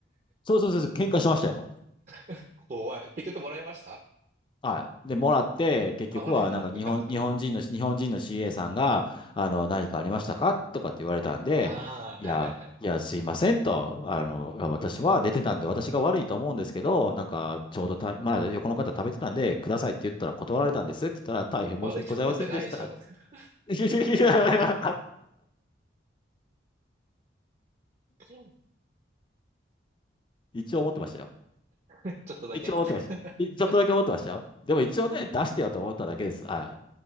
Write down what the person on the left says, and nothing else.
そうそうそうそう、喧嘩しましたよ。
はい。で、もらって、結局は、
なんか日本、
日本人の、日本人の CA さんが、あの、何かありましたかとかって言われたんで、
いや、
いや、すいませんと、あの、私は出てたんで、私が悪いと思うんですけど、なんか、ちょうどた、まだ横の方食べてたんで、くださいって言ったら断られたんですって言ったら、大変申し訳ございませんでした。
<laughs>
いや
一応思ってましたよ。
一応思ってました。
いちょっとだけ思ってましたよ。でも一応ね、出してよと思っただけです。はい。